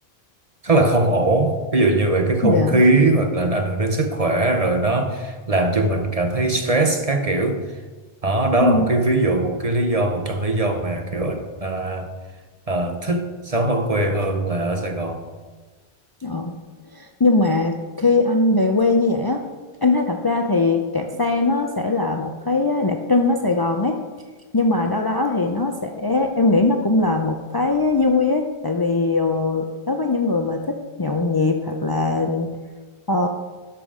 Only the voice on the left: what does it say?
dạ,
ừ,
ờ. Nhưng mà khi anh về quê như vậy á, em thấy thật ra thì kẹt xe nó sẽ là một cái đặc trưng ở Sài Gòn ấy. Nhưng mà đâu đó thì nó sẽ, em nghĩ nó cũng là một cái vui ấy. Tại vì ờ, đối với những người mà thích nhậu nhẹt hoặc là ờ,